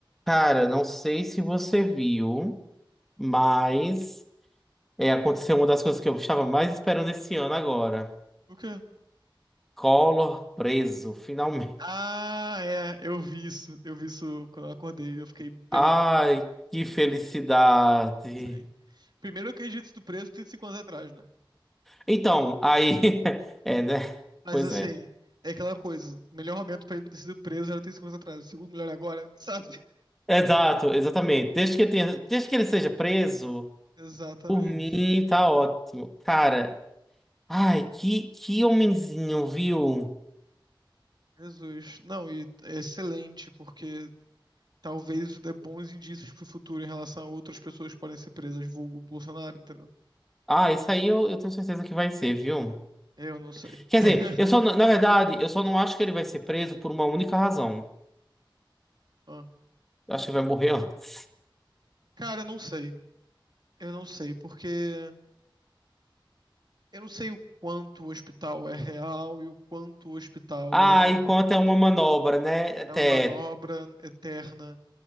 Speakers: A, in the centre; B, on the right.
A: Cara, não sei se você viu, mas é, aconteceu uma das coisas que eu estava mais esperando esse ano agora.
B: O quê?
A: Collor preso, finalmente.
B: Ah, é, eu vi isso. Eu vi isso quando eu acordei. Eu fiquei bem
A: Ai,
B: feliz.
A: que felicidade.
B: hein. Primeiro, eu acredito ter sido preso 35 anos atrás, né?
A: Então, aí. <laughs> É, né?
B: Mas
A: Pois
B: assim,
A: é.
B: é aquela coisa. O melhor momento pra ele ter sido preso era 35 anos atrás. O segundo melhor é agora, sabe? <laughs>
A: Exato, exatamente. Desde que, eu tenha, desde que ele seja preso,
B: Exatamente.
A: por mim tá ótimo. Cara, ai, que, que homenzinho, viu?
B: Jesus. Não, e é excelente, porque talvez isso dê bons indícios pro futuro em relação a outras pessoas que podem ser presas, vulgo Bolsonaro, entendeu?
A: Ah, isso aí eu, eu tenho certeza que vai ser, viu?
B: Eu não sei.
A: Quer
B: <laughs>
A: dizer, eu só, não- na verdade, eu só não acho que ele vai ser preso por uma única razão.
B: Ó.
A: Eu acho que vai morrer antes.
B: Cara, eu não sei. Eu não sei, porque. Eu não sei o quanto o hospital é real e o quanto o hospital
A: Ah,
B: é,
A: e quanto é uma manobra, né? Até.
B: é uma manobra eterna.